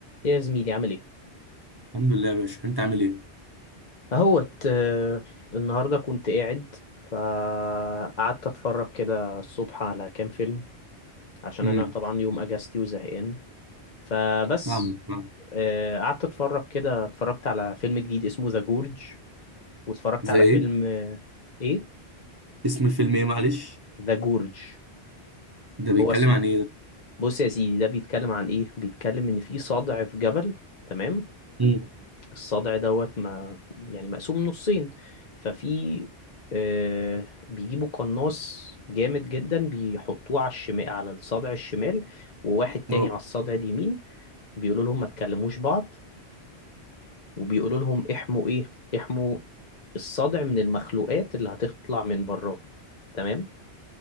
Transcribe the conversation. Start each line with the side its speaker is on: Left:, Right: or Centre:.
Left: ايه يا زميلي عامل ايه
Right: الحمد لله يا باشا انت عامل ايه
Left: اهوت آه، النهارده كنت قاعد فقعدت اتفرج كده الصبح على كام فيلم عشان
Right: امم
Left: انا طبعا يوم اجازتي وزهقان فبس
Right: فاهم فاهم
Left: آه، قعدت اتفرج كده اتفرجت على فيلم جديد اسمه ذا جورج واتفرجت
Right: زي
Left: على
Right: ايه
Left: فيلم آه، ايه
Right: اسم الفيلم ايه معلش
Left: ذا جورج
Right: ده بيتكلم
Left: هو اسمه
Right: عن ايه ده
Left: بص يا سيدي ده بيتكلم عن ايه بيتكلم ان في صدع في جبل تمام
Right: امم
Left: الصدع دوت ما يعني مقسوم نصين ففي آه، بيجيبوا قناص جامد جدا بيحطوه على الشمال على الصدع الشمال وواحد تاني
Right: اه
Left: على الصدع اليمين بيقولوا لهم ما تكلموش بعض وبيقولوا لهم احموا ايه احموا الصدع من المخلوقات اللي هتطلع من براه تمام